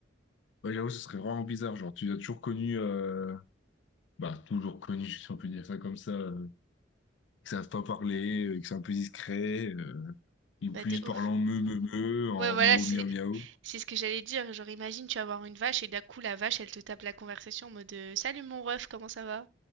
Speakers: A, on the left (about 75°); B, on the right (about 75°).
A: Ouais, j'avoue, ce serait vraiment bizarre. Genre, tu as toujours connu, euh, bah, toujours connu, <laughs> si on peut dire ça comme ça, euh, qui savent pas parler, euh, qui sont un peu discrets, euh, ils
B: Bah,
A: puissent
B: de
A: parler
B: ouf.
A: en meu, meu, meu, en
B: Ouais, voilà,
A: miaou,
B: c'est
A: miaou, miaou.
B: c'est ce que j'allais dire. Genre, imagine, tu vas voir une vache et d'un coup, la vache, elle te tape la conversation en mode euh, Salut mon ref, comment ça va?